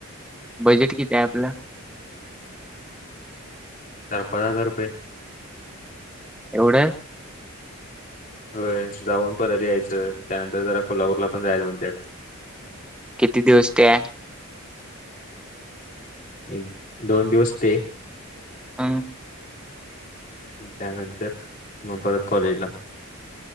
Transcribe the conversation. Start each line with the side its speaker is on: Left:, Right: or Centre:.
Centre: बजेट किती आहे आपला
Left: चार पाच हजार रुपये
Centre: एवढं ढ
Left: होय जाऊन परत यायचं त्यानंतर जरा कोल्हापूरला पण जायचं म्हणतोय
Centre: किती दिवस ते आहे
Left: एक दोन दिवस ते
Centre: हा.
Left: त्यानंतरच मग परत कॉलेजला